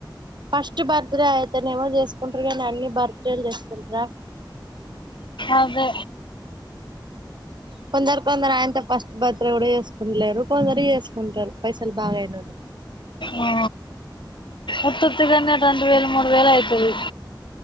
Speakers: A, on the right; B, on the left.
A: ఫస్ట్ బర్త్ డే యితే నవ చేస్కుంట్ర గ న అన్ని బర్త్డేల్ చేస్కుంట్ర
B: అదే
A: కొందరు కొందరు ఆయనంత ఫస్ట్ బర్త్డే కూడా చేసుకుంటలేరు కొందరు చేసుకుంటారు పైసలు బాగాయినళ్ళు
B: ఆ. ఉత్తుత్తిగానే రెండు వేల మూడు వేల అయితుది